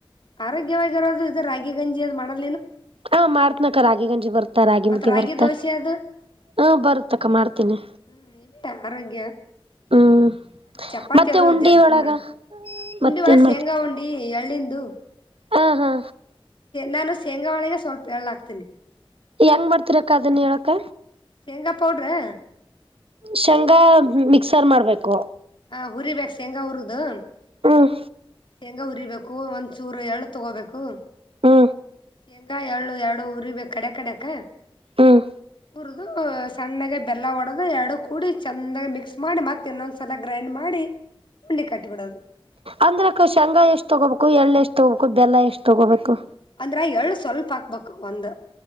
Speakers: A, on the left (about 60°); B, on the right (about 80°).
A: ಆರೋಗ್ಯವಾಗಿರೋದು ಇದು ರಾಗಿ ಗಂಜಿ ಅದ್ ಮಾಡಲ್ ನೀನು
B: ಹಾ ಮಾಡ್ತ್ನಕ ರಾಗಿ ಗಂಜಿ ಬರುತ್ತ, ರಾಗಿ
A: ಮತ್
B: ಮುದ್ದಿ ಬರುತ್ತ
A: ದೋಸೆ ಅದು
B: ಹಾ ಬರುತ್ತಕ್ಕ ಮಾಡ್ತೀನಿ.
A: ಹ್ಮ್ ಇವೆ ಆರೋಗ್ಯ
B: ಹ್ಮ್
A: ಮತ್ ಚಪಾತಿ
B: ಮತ್ತೆ
A: ಅದು
B: ಉಂಡಿ
A: ಜಾಸ್ತಿ
B: ಒಳಗ
A: ಮಾಡ ಉಂಡಿ
B: ಮತ್ತೇನ್
A: ಒಳಗ ಶೇಂಗಾ ಉಂಡಿ ಎಳ್ಳಂಡಿ
B: ಹಾ ಹಾ
A: ನಾನು ಶೇಂಗಾ ಒಳಗ ಸ್ವಲ್ಪ ಏಳಹಾಕ್ತನೆ
B: ಹೆಂಗ್ ಮಾಡ್ತಿರಕ್ಕ ಅದನ್ ಹೇಳಕ್ಕ
A: ಶೇಂಗಾ ಪೌಡರ್
B: ಶೇಂಗಾ ಮಿಕ್ಸರ್ ಮಾಡ್ಬೇಕು
A: ಹ ಹುರಿಬೇಕ ಶೇಂಗಾ ಹುರದು
B: ಹ್ಮ್
A: ಶೇಂಗಾ ಹುರಿಬೇಕು ಬು ಒಂದ್ ಚೂರು ಎಳ್ ತಗೋಬೇಕು
B: ಹ್ಮ
A: ಶೇಂಗಾ ಎಳ್ಳು ಎರಡು ಉರಿಬೇಕ ಕಡೆ ಕಡೆಕ್
B: ಹ್ಮ್
A: ಹುರಿದು ಸಣ್ಣಾಗ ಬೆಲ್ಲ ಒಡೆದು ಎರಡು ಕೂಡಿ ಚಂದಾಗಿ ಮಿಕ್ಸ್ ಮಾಡಿ ಮತ್ತ ಇನ್ನೊಂದ ಸಲ ಗ್ರೈಂಡ್ ಮಾಡಿ ಉಂಡೆ ಕಟ್ಟಿಬಿಡೋದು
B: ಅಂದ್ರಕ್ಕ ಶೇಂಗಾ ಎಷ್ಟ್ ತೊಗೋಬೇಕು ಎಳ್ಳ ಎಷ್ಟು ತಗೋಬೇಕು ಬೆಲ್ಲ ಎಷ್ಟ್ ತಗೋಬೇಕು
A: ಅಂದ್ರ ಎಳ್ ಸ್ವಲ್ಪ ಹಾಕ್ಬೇಕು ಒಂದ